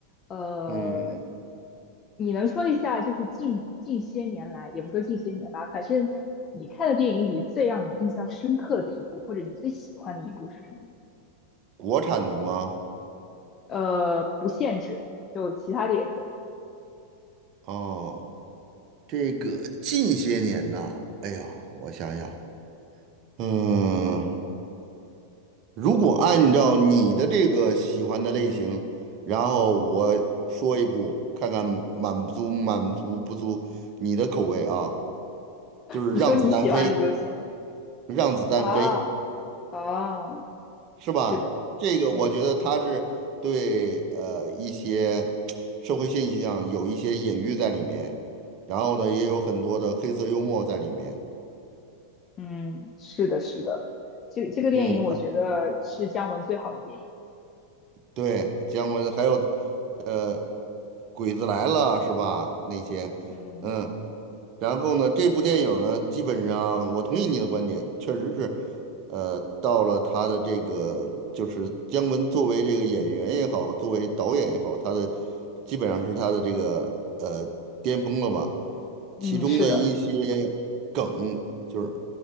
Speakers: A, on the left; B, on the right.
A: 呃，
B: 嗯，
A: 你能说一下，就是近近些年来，也不说近些年吧，反正你看的电影里最让你印象深刻的一部，或者你最喜欢的一部是什么？
B: 国产的吗？
A: 呃，不限制，就其他的也可以。
B: 哦，这个近些年呐，哎呀，我想想，嗯，如果按照你的这个喜欢的类型，然后我说一部，看看满足满足不足你的口味啊，就是《让子弹飞》，
A: 你说你喜欢的就行。
B: 《让子弹飞》
A: 啊啊，
B: 是吧？
A: 是的，
B: 这个我觉得他是对呃一些社会现象有一些隐喻在里面，
A: 嗯
B: 然后呢也有很多的黑色幽默在里面。
A: 嗯，是的，是的，这这个电影我觉得是姜文最好的电影。
B: 嗯，啊对，姜文还有呃《鬼子来了》是吧？那些，
A: 嗯
B: 嗯，然后呢，这部电影呢，基本上我同意你的观点，确实是，呃，到了他的这个，就是姜文作为这个演员也好，作为导演也好，他的基本上是他的这个呃巅峰了吧。
A: 嗯，
B: 其中的一些梗，
A: 是的，
B: 就是